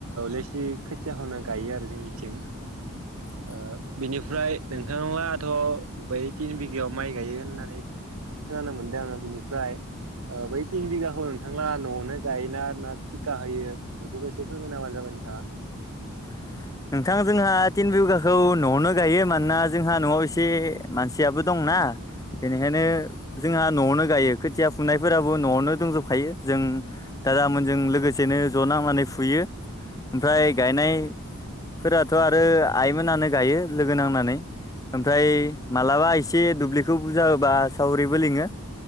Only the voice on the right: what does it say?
लेसि खोथियाखौनो गायो आरो जों निथिं
ओ बिनिफ्राय नोंथाङआाथ' बै तिन बिगायाव माइ गायो होननाय खोनानो मोनदों आङो बिनिफ्राय ओ बै तिन बिगाखौ नोंथांला न'आवनो गायोना ना थिखा होयो बेफोरखौबो एसे फोरमाय नामा जाबाय नोंथाङा।